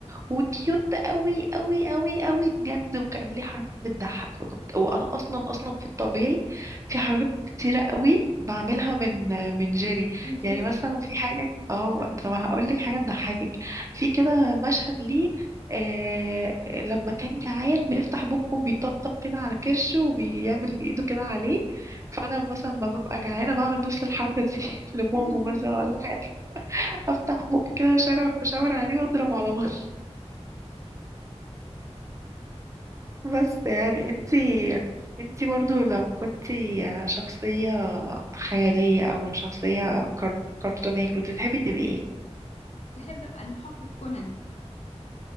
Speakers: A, on the right; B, on the left.
A: وكيوت قوي قوي قوي قوي بجد وكان ليه حركات بتضحك فكنت وانا اصلا اصلا في الطبيعي في حركات كتيره قوي بعملها من من جيري
B: جيري
A: يعني مثلا في حاجه اه طب هقول لك حاجه تضحكك في كده مشهد ليه آه لما كان جعان بيفتح بقه بيطبطب كده على كرشه وبيعمل بايده كده عليه فانا مثلا ما ببقى جعانه بعمل نفس الحركه دي <laughs> لماما
B: <laughs>
A: مثلا ولا حاجه افتح بقي كده واشاور أشاور عليه واضرب على بطنه بس يعني انتي انتي برضو لو كنتي شخصية خيالية او شخصية كار- كرتونية كنت تحبي تبقي ايه؟
B: تحب ابقى المحقق كونان